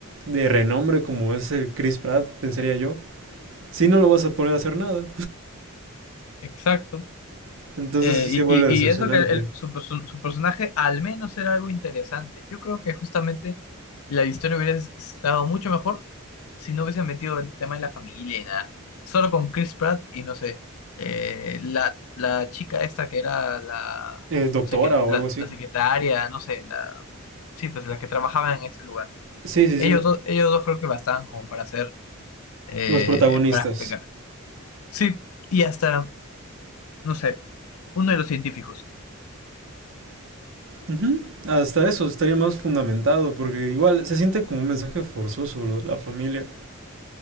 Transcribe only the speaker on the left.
exacto
Eh,
y,
y- y eso que el- su, su- su personaje al menos era algo interesante. Yo creo que justamente la historia hubiera estado mucho mejor si no hubiesen metido el tema de la familia y nada. Solo con Chris Pratt y no sé, eh, la, la chica esta que era la,
secre-
la,
la secretaria, no sé, la, sí, pues la que trabajaba en ese lugar.
Ellos
dos, ellos dos creo que bastaban como para hacer, eh,
para explicar. Sí, y hasta, no sé, uno de los científicos.